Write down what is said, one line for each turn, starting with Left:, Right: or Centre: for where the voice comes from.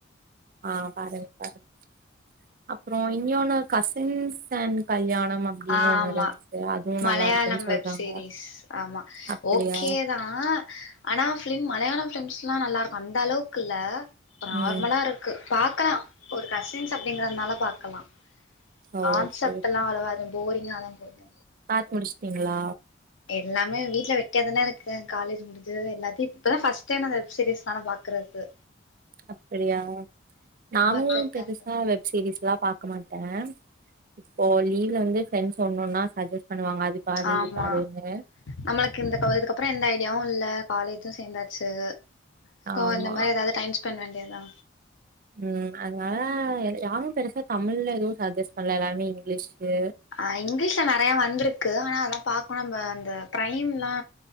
Right: ஆ பாருங்க பாருங் அப்பறோ இன்ஞோன்னு கசின்ஸ் அண்ட் கல்யாணம் அப்டின்னு
Left: ஆ
Right: ஒண்ணு
Left: ஆமா
Right: இருந்துச்சு அதுவு
Left: மலையாளம்
Right: நல்லா இருக்குன்னு சொல்றாங்க
Left: வெப்சீரிஸ் ஆமா
Right: அப்டியா
Left: ஓகே தா ஆனா ஃபிலிம் மலையாள ஃபிலிம்ஸ்ல்லா நல்லா இருக்கு அந்த அளவுக்கு இல்ல இப்ப நார்மலா
Right: ம்
Left: இருக் கு பாக்கலா ஒரு கசின்ஸ் அப்டிங்கறதுனால பாக்கலா கான்செப்ட்டுல்லா
Right: ஓகே ஓகே
Left: அவ்வளவா அது போரிங்கா தா போது
Right: பாத்து முடிச்சுட்டீங்ளா
Left: எல்லாமே வீட்ல வெட்டியா தானே இருக்கே காலேஜ் முடுஞ்சு எல்லாத்தயு இப்பதா ஃபஸ்ட் டைம் அந்த வெப் சீரீஸ் நாள பாக் க்குறது
Right: அப்டியா நானு
Left: பாத்துட்டு
Right: பெருசா
Left: தா இருக்கே
Right: வெப் சீரிஸ்லா பாக்க மாட்டே இப்போ லீவ்ல வந்துஃப்ரெண்ட்ஸ் ஒன்னு ஒன்னா சஜ்ஜஸ்ட் பண்ணுவாங்க அது பாரு
Left: ஆமா
Right: இது பாருன்னு
Left: நம்மளுக்கு இந்த கவ இதுக்குப்பறோ எந்த ஐடியாவு இல்ல காலேஜு சேந்தாச்சு சோ
Right: ஆமா
Left: அந்த மாரி ஏதாது டைம் ஸ்பெண்ட் வேண்டியது தா
Right: ம் அதனால யாரு பெருசா தமிழ்ல எதுவு சஜ்ஜஸ் பண்ல எல்லாமே இங்கிலீஷுக்கு
Left: ஆ இங்கிலீஷ்ல நெறையா வந்துருக்கு ஆனா அதலா பாக் கோ நம்ப அந்த பிரைம்லா